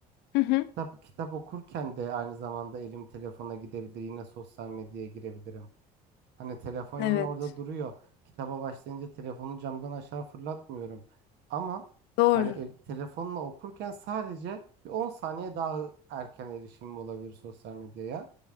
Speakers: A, on the left; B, on the right.
A: Hı hı.
B: Kitap kitap okurken de aynı zamanda elim telefona gidebilir. Yine sosyal medyaya girebilirim. Hani telefon yine
A: Evet.
B: orada duruyor. Kitaba başlayınca telefonu camdan aşağı fırlatmıyorum. Ama
A: Doğru.
B: hani el- telefonla okurken sadece bir 10 saniye daha erken erişimim olabilir sosyal medyaya.